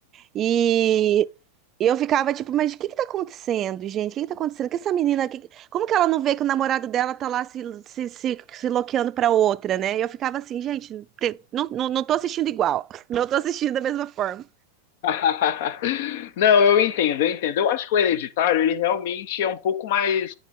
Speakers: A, on the right; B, on the left.
A: E eu ficava tipo, mas o que que tá acontecendo, gente? O que que tá acontecendo? Que essa menina, que... como que ela não vê que o namorado dela tá lá se, se, se, se loqueando pra outra, né? E eu ficava assim, gente, te- não, não, não tô assistindo igual, <laughs> não tô assistindo da mesma forma.
B: <laughs> Não, eu entendo, eu entendo. Eu acho que o Hereditário, ele realmente é um pouco mais